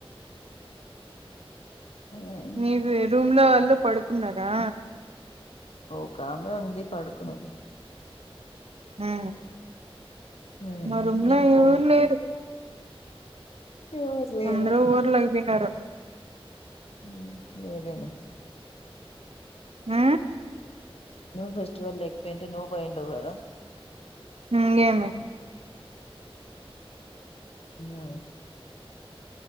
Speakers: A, on the left (about 75°); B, on the right (about 80°).
A: ఉమ్
B: నీవె రూమ్ల వాళ్ళు పడుకున్నరా
A: ఓ కామె ఉంది పడుకున్నది
B: ఆ
A: ఉమ్
B: మా రూంలో
A: నేను ఫోన్
B: ఎవర్
A: చేసి
B: లేరు
A: ఎవరు లేరా
B: అంద్రు ఊర్లోకిపోయినారు
A: ఉమ్ ఎవర్లేరు
B: ఆ
A: నువ్ ఫెస్టివల్ లెకపోయుంటే నువ్ పోయిండేవ్ గదా
B: హ్మ్ గేమి
A: హ్మ్